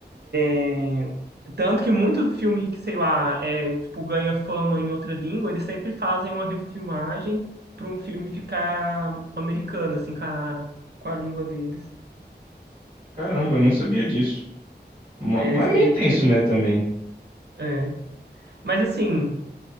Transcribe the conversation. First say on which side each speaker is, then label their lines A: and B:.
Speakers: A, on the right; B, on the right.
A: É, Tanto que muito filme que, sei lá, é, tipo, ganha fama em outra língua, eles sempre fazem uma refilmagem para um filme ficar americano, assim, com a, com a língua deles.
B: Caramba, eu não sabia disso. Ma-
A: É, eles
B: Mas é
A: têm
B: meio
A: meio
B: tenso,
A: que.
B: né, também.
A: é. Mas assim.